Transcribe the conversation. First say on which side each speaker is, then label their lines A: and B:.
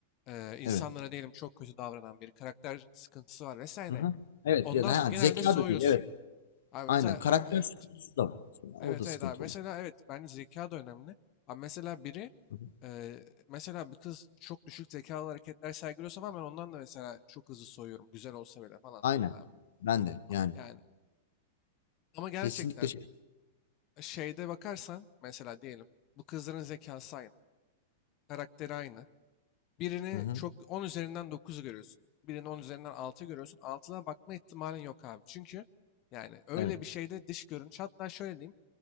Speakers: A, on the left; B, on the left.
A: e, insanlara
B: Evet.
A: diyelim çok kötü davranan biri. Karakter sıkıntısı var vesaire.
B: Hı hı. Evet
A: Ondan
B: ya da
A: s-
B: ha,
A: genelde
B: zeka
A: soğuyorsun.
B: da değil evet.
A: Abi
B: Aynen
A: mesela
B: karakter
A: abi, e,
B: sıkıntısı da var. mesela.
A: evet
B: O da sıkıntı
A: evet abi mesela
B: oluyor.
A: evet bence zeka da önemli. Abi mesela biri
B: Hı hı.
A: e, mesela bir kız çok düşük zekalı hareketler sergiliyorsa falan ben ondan da mesela çok hızlı soğuyorum. Güzel olsa bile falan
B: Aynen.
A: yani abi.
B: Ben de yani
A: Yani ama gerçekten
B: kesinlikle şey.
A: şeyde bakarsan mesela diyelim bu kızların zekası aynı, karakteri aynı. Birini
B: Hı hı.
A: çok 10 üzerinden dokuzu görüyorsun. Birini 10 üzerinden 6 görüyorsun. 6'da bakma ihtimalin yok abi. Çünkü yani öyle
B: Evet.
A: bir şeyde dış görünüş hatta şöyle diyeyim